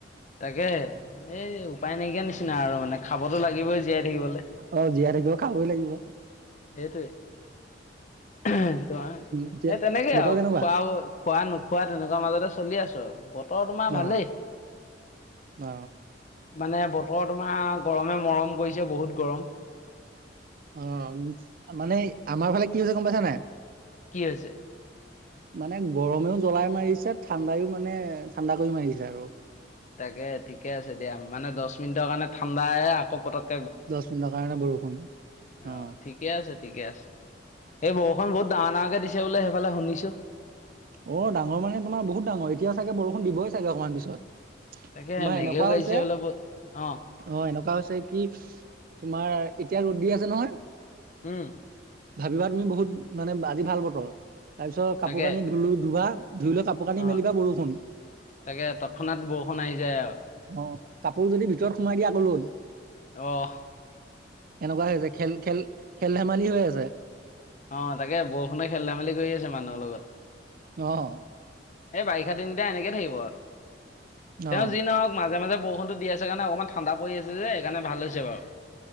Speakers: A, on the left; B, on the right.
A: তাকেহে, এই উপায় নাইকিয়া নিচিনা আৰু মানে খাবতো লাগিবই জীয়াই থাকিবলৈ
B: অহ, জীয়াই থাকিব খাবই লাগিব।
A: এইটোৱে। <unintelligible>
B: এতিয়া
A: এই তেনেকে
B: বতৰ
A: আৰু
B: কেনেকুৱা
A: খোৱা, খোৱা নোখোৱা তেনেকুৱা মাজতে চলি আছোঁ। <unintelligible>
B: অহ।
A: ভালেই
B: অহ।
A: মানে বতৰ তোমাৰ, গৰমে মৰম কৰিছে বহুত গৰম।
B: অহ, মানে আমাৰ ফালে কি হৈছে গম পাইছা নে নাই।
A: কি হৈছে?
B: মানে গৰমেও জ্বলাই মাৰিছে, ঠাণ্ডাও মানে ঠাণ্ডা কৰি মাৰিছে আৰু।
A: তাকে ঠিকে আছে দিয়া। মানে দহ মিনিটৰ কাৰণে ঠাণ্ডা‌ আহে আকৌ পতক
B: দহ।
A: অহ,
B: অ
A: ঠিকে আছে, ঠিকে আছে। এই বৰষুণ বহুত ডাঙৰ ডাঙৰ দিছে বোলে সেইফালে শুনিছোঁ।
B: অহ, ডাঙৰ মানে তোমাৰ বহুত ডাঙৰ। এতিয়া চাগে বৰষুণ দিবই চাগে অকণমান পিছত।
A: তাকে
B: তোমাৰ
A: মেঘেও
B: এনেকুৱা
A: গাইছে
B: হৈছে,
A: বোলে বহুত অ
B: অ' এনেকুৱা হৈছে কি তোমাৰ এতিয়া ৰ'দ দি আছে নহয়।
A: হম।
B: ভাবিবা তুমি বহুত মানে আজি ভাল বতৰ, তাৰপিছত
A: তাকে
B: কাপোৰ কানি ধুলো ধুবা ধুই লৈ কাপোৰ কানি
A: অ
B: মেলিবা বৰষুণ।
A: তাকে তৎক্ষণাত বৰষুণ আহি যায় আৰু
B: আহ কাপোৰ যদি ভিতৰত সোমাই দিয়া কলত
A: অ'।
B: এনেকুৱা হৈ আছে খেল খেল খেল ধেমালি হৈ আছে।
A: অহ, তাকে বৰষুণে খেল ধেমালি কৰি আছে মানুহৰ লগত।
B: অহ।
A: এই বাৰিষা তিনিটা এনেকে থাকিব আৰু। তেওঁ
B: অ
A: যি নহওঁক মাজে মাজে বৰষুণটো দি আছে কাৰণে অকণমান ঠাণ্ডা পৰি আছে যে, সেইকাৰণে ভাল হৈছে বাৰু।